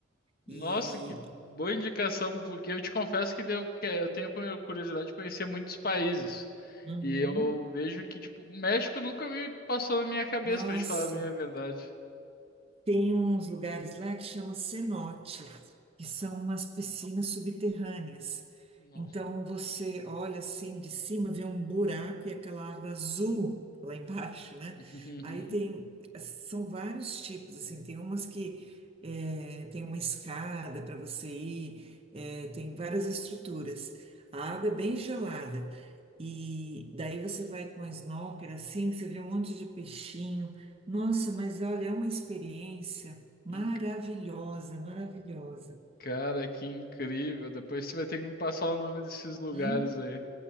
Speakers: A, on the left; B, on the right.
A: Nossa,
B: E,
A: que boa indicação, porque eu te confesso que eu, que- eu tenho cu- curiosidade de conhecer muitos países.
B: uhum,
A: E eu vejo que, tipo, o México nunca me passou na minha cabeça,
B: nossa.
A: pra te falar bem a verdade.
B: Tem uns lugares lá que chama cenote, que são umas piscinas subterrâneas.
A: Nossa.
B: Então você olha assim de cima, vê um buraco e aquela água azul lá embaixo, né?
A: <laughs>
B: Aí tem, são vários tipos, assim, tem umas que é, tem uma escada para você ir, é, tem várias estruturas. A água é bem gelada. E daí você vai com a snorkel assim, você vê um monte de peixinho. Nossa, mas olha, é uma experiência maravilhosa,
A: Uhum.
B: maravilhosa.
A: Cara, que incrível. Depois você vai ter que me passar o nome desses lugares
B: Hum?
A: aí,